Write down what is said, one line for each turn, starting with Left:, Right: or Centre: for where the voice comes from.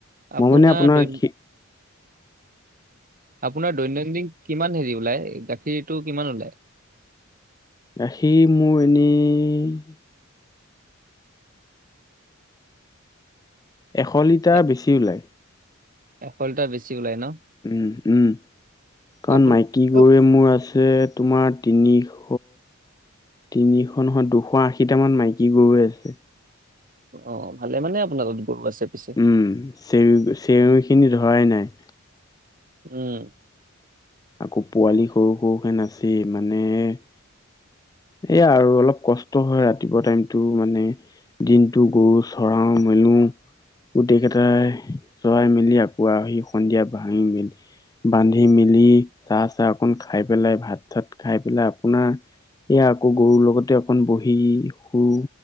Right: আপোনাৰ
Left: মই মানে
Right: দৈন,
Left: খি
Right: আপোনাৰ দৈনন্দিন- কিমান হেৰি ওলাই, গাখীৰটো কিমান ওলায়?
Left: গাখীৰ মোৰ এনেই- এশ লিটাৰ
Right: এ
Left: বেছি ওলায়।
Right: এশ লিটাৰ বেছি ওলায় ন?
Left: উম, উম। কাৰণ
Right: আপুনি
Left: মাই- কী গৰুৱে
Right: অ'
Left: মোৰ আছে তোমাৰ তিনিশ- তিনিশ নহয়, দুশ আশীটামান মাইকী গৰুৱে আছে।
Right: অঁ, ভালে মানে আপোনালকৰ গৰু আছে পিছে।
Left: উম, চে -চেউৰীখিনি ধৰাই নাই।
Right: উম।
Left: আকৌ পোৱালি সৰু সৰুখিনি আছেই। মানে- এইয়া আৰু অলপ কষ্ট হয় ৰাতিপুৱা টাইমটো মানে- দিনটো গৰু চৰাওঁ, মেলো। গোটেইকেইটাই চৰাই মেলি আকৌ আহি সন্ধিয়া বান্ধি মেলি- বান্ধি মেলি, চাহ, চাহ অকন খাই পেলাই, ভাত-চাত খাই পেলাই আপোনাৰ এয়া আকৌ গৰুৰ লগতে অকণ বহি, শু